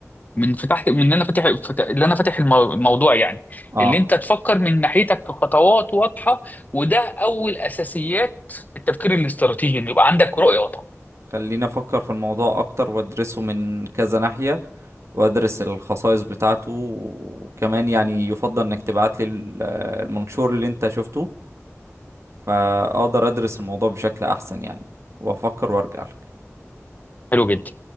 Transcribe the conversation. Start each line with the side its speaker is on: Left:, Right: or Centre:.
Left: من فتح من ان انا فاتح فت- اللي انا فاتح المو- الموضوع يعني
Right: اه
Left: اللي انت تفكر من ناحيتك في خطوات واضحة وده اول اساسيات التفكير الاستراتيجي ان يبقى عندك رؤية واضحة
Right: خليني افكر في الموضوع اكتر وادرسه من كذا ناحية وادرس الخصائص بتاعته وكمان يعني يفضل انك تبعت لي ال- المنشور اللي انت شفته فاقدر ادرس الموضوع بشكل احسن يعني وافكر وارجع لك
Left: حلو جدا